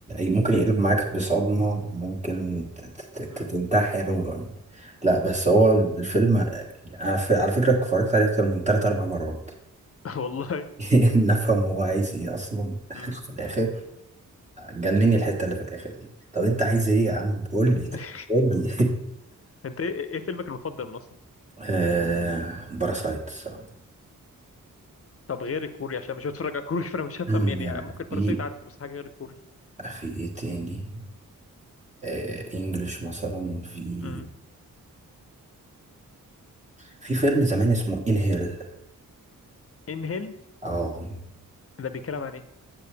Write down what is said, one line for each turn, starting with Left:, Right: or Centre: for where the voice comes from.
Right: ممكن يقلب معاك بصدمة وممكن ت- ت- ت-
Left: مم.
Right: تنتحر و... لا بس هو الفيلم آه، على ف- على فكرة اتفرجت عليه أكتر من تلات أربع مرات
Left: <laughs> والله
Right: <laughs> نفهم هو عايز ايه أصلا
Left: مم.
Right: <laughs> في الآخر
Left: مم.
Right: جنني الحتة اللي في الآخر دي طب أنت عايز إيه يا عم قول لي
Left: <laughs>
Right: قول لي
Left: أنت إيه إيه فيلمك المفضل من أصلا؟
Right: <laughs> آه باراسايت الصراحة
Left: طب غير الكوري عشان مش بتفرج على كوري فأنا مش
Right: <clears throat>
Left: هفهم
Right: مم،
Left: يعني
Right: يعني
Left: ممكن باراسايت
Right: في
Left: عارفه بس حاجة غير الكوري
Right: في إيه تاني آه إنجلش مثلا في
Left: مم.
Right: في فيلم زمان اسمه إنهيل
Left: إنهيل
Right: اه
Left: ده بيتكلم عن إيه؟